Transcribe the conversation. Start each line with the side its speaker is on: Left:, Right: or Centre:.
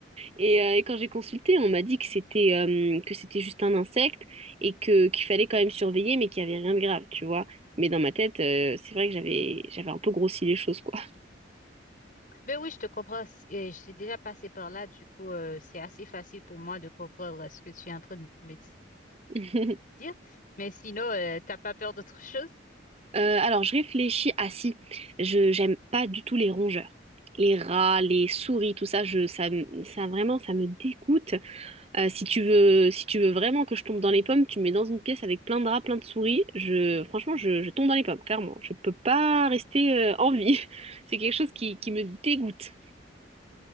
Right: Et, euh, et quand j'ai consulté, on m'a dit que c'était euh, que c'était juste un insecte et que qu'il fallait quand même surveiller, mais qu'il n'y avait rien de grave, tu vois. Mais dans ma tête, euh, c'est vrai que j'avais j'avais un peu grossi les choses, quoi.
Left: Ben oui, je te comprends. c- euh, J'ai déjà passé par là, du coup, euh, c'est assez facile pour moi de comprendre ce que tu es en train de me
Right: <laughs>
Left: dire. Mais sinon, euh, t'as pas peur d'autre <laughs> chose?
Right: Euh, alors je réfléchis. Ah si, je j'aime pas du tout les rongeurs, les rats, les souris, tout ça. Je ça me- ça vraiment ça me dégoûte. Euh, si tu veux, si tu veux vraiment que je tombe dans les pommes, tu me mets dans une pièce avec plein de rats, plein de souris. Je, franchement, je, je tombe dans les pommes, clairement. Je peux pas rester euh, en vie. <laughs> C'est quelque chose qui, qui me dégoûte.